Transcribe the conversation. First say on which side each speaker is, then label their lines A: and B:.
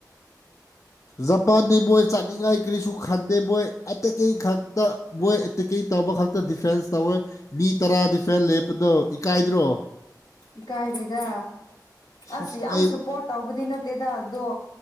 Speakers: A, on the left; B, on the left.
A: <inaudible>
B: ꯖꯄꯥꯟꯗꯤ ꯃꯣꯏ ꯆꯥꯟꯅꯤꯡꯉꯥꯏ ꯀꯔꯤꯁꯨ ꯈꯟꯗꯦ ꯃꯣꯏ ꯑꯦꯇꯦꯛꯀꯤ ꯈꯛꯇ ꯃꯣꯏ ꯑꯦꯇꯦꯛꯀꯤꯡ ꯇꯧꯕ ꯈꯛꯇ ꯗꯤꯐꯦꯟꯁ ꯇꯧꯋꯦ ꯃꯤ ꯇꯔꯥ ꯗꯤꯐꯦꯟ ꯂꯦꯞꯄꯗꯣ ꯏꯀꯥꯏꯗ꯭ꯔꯣ
A: ꯏꯀꯥꯏꯗꯦꯗ
B: ꯁꯁ
A: ꯑꯁ ꯌꯥꯝ
B: ꯑꯩ
A: ꯁꯞꯄꯣꯔꯠ ꯇꯧꯕꯗꯤ ꯅꯠꯇꯦꯗ ꯑꯗꯣ